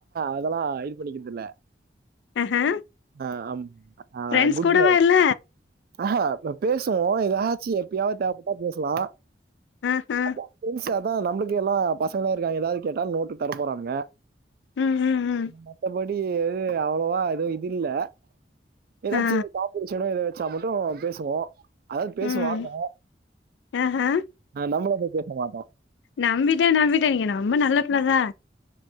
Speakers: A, on the right; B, on the left.
A: அதெல்லா இது பண்ணிக்கிற்தில்ல
B: ஆஹா
A: ஆ அம் அ
B: ஃப்ரெண்ட்ஸ்
A: குட்
B: கூடவா
A: பாய்
B: இல்ல
A: ஆ ஹ ப்ப பேசுவோ எதாச்சு எப்பயாவது தேவபட் ட்டா பேசலா
B: ஆ ஆ
A: அப்ப ஃப்ரென்ஸ் அதா நம்ளுக் முக்கியமா பசங்களா இருக்காங்க ஏதாவது கேட்டா நோட்டு தர போறாங்க
B: ம் ம் ம்
A: மத்தப டி அவ்வளவா எது இது இல்ல ஏதாச்சு
B: ஆ
A: காப்பியடிச்சானா சிரிச்சா மட்டு பேசுவோ அதாவது பேசுவாங்க
B: ம் ஆஹா
A: நம்மளா போய் பேச மாட்டோ
B: நம்பிட்டே நம்பிட்டேன நீங்க ரொம்ப நல்ல பிள்ளதா